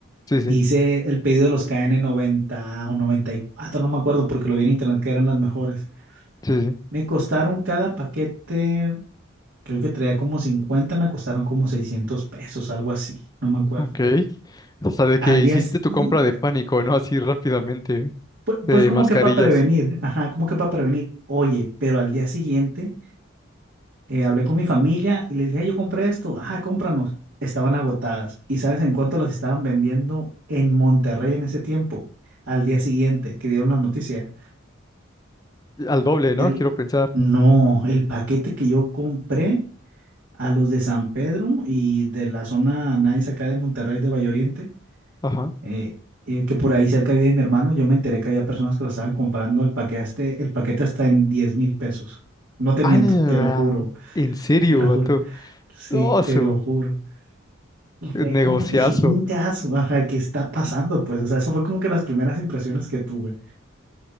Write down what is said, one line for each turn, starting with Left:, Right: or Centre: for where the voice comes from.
Left: sí, sí,
Right: Hice el pedido de los K N noventa o noventa y cuatro no me acuerdo porque lo vi en internet que eran las mejores.
Left: sí, sí.
Right: Me costaron cada paquete, creo que traía como cincuenta me costaron como 600 pesos, algo así, no me acuerdo.
Left: Ok. O sea, de
Right: Al
Left: que
Right: día,
Left: hiciste
Right: s-
Left: tu
Right: y,
Left: compra de pánico, ¿no? Así rápidamente,
Right: pu-
Left: de
Right: pues, como
Left: mascarillas.
Right: que para prevenir, ajá, como que para prevenir. Oye, pero al día siguiente eh, hablé con mi familia y les dije, "Hey, yo compré esto, ajá, cómpranos. Estaban agotadas. ¿Y sabes en cuánto las estaban vendiendo en Monterrey en ese tiempo? Al día siguiente que dieron la noticia.
Left: Al doble,
Right: El,
Left: ¿no? Quiero pensar.
Right: no, el paquete que yo compré a los de San Pedro y de la zona nice acá de Monterrey, de Valle Oriente,
Left: Ajá.
Right: eh, eh, que por ahí cerca vive mi hermano, yo me enteré que había personas que lo estaban comprando el paquete, hasta- el paquete hasta en diez mil pesos. No te
Left: ¡Hala!
Right: miento, te lo juro,
Left: ¿En serio,
Right: te lo juro.
Left: vato?
Right: Sí,
Left: ¡Oh,
Right: te
Left: su
Right: lo juro. Y fue
Left: negociazo!
Right: ahí como que, dije "Ingazo, ajá, ¿qué está pasando? Pues, o sea, eso fue como que las primeras impresiones que tuve.